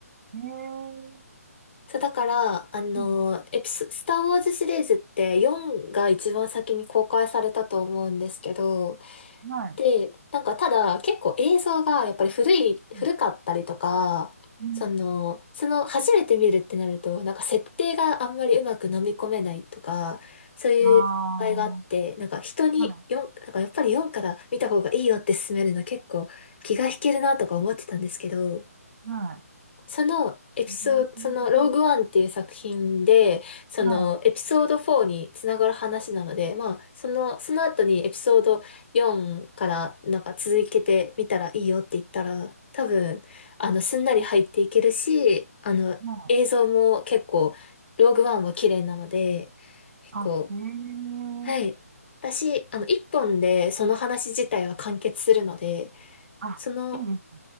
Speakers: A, on the right (about 55°); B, on the left (about 40°).
A: い。ええ
B: そう、だから、あの、
A: うん、
B: エピソ、スター・ウォーズシリーズって4が一番先に公開されたと思うんですけど、
A: はい。
B: で、なんかただ結構映像がやっぱり古い、
A: うん、
B: 古かったりとか、
A: うん
B: その、その初めて見るってなると、なんか設定があんまりうまく飲み込めないとか、そういう場合があって、
A: ああ、
B: なんか人に4、
A: は
B: なんかやっぱり4から見た方がいいよって勧めるの結構気が引けるなとか思ってたんですけど、
A: い、は
B: そのエピソード、
A: い。うん
B: そのローグワンっていう作品で、そのエピソード4につながる話なので、
A: は
B: まあ、その、その後にエピソード4からなんか続けてみたらいいよって言ったら、多分、あの、すんなり入っていけるし、あの、
A: い、はい。
B: 映像も結構、ローグワンは綺麗なので、結構、
A: あ、ええ
B: はい。私、あの、一本でその話自体は完結するので、
A: あ、
B: その、
A: いいです。